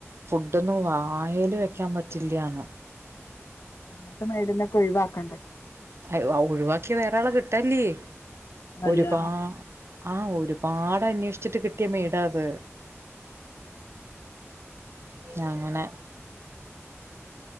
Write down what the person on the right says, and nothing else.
ഫുഡൊന്നും വായേൽ വെക്കാൻ പ റ്റില്ല്യാന്ന്.
ഹലൊ ആഹ് ഒഴിവാക്കിയാ വേറാളെ കിട്ടാ ല്ല്യേ.
ഒരുപാ ആഹ് ഒരുപാട് അന്വേഷിച്ചിട്ട് കിട്ടിയ മെയ്ഡാത്. ഞങ്ങനെ